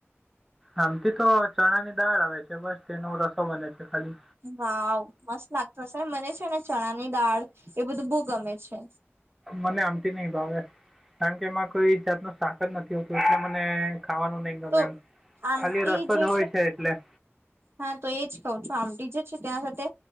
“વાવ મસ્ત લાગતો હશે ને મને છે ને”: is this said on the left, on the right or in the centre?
Right